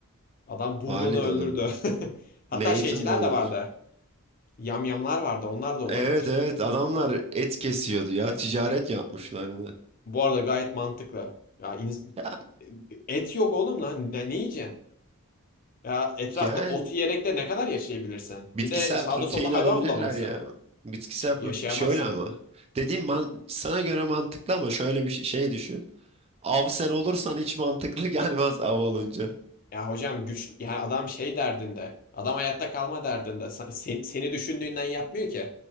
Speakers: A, on the left; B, on the right.
A: Adam bulduğunu
B: vali
A: öldürdü.
B: de olabilir.
A: <laughs> Hatta
B: Nathan
A: şeyciler
B: da olabilir.
A: de vardı. Yamyamlar vardı. Onlar da olabilir.
B: Evet evet adamlar et kesiyordu ya ticaret yapmışlardı.
A: Bu arada gayet mantıklı. Ya ins-
B: Ya,
A: et yok oğlum lan. Ne, ne yiyeceksin? Ya etrafta
B: yani
A: ot yiyerek de ne kadar yaşayabilirsin?
B: Bitkisel
A: Bir de sağda
B: protein
A: solda
B: alabilirler
A: hayvan bulamamışsın.
B: ya. Bitkisel
A: Cık, Yaşayamazsın.
B: protein şöyle ama. Dediğim man sana göre mantıklı ama şöyle bir şey, şey düşün. Av sen olursan hiç mantıklı <laughs> gelmez av olunca.
A: Ya hocam güç yani adam şey derdinde. Adam hayatta kalma derdinde. Sen, seni düşündüğünden yapmıyor ki.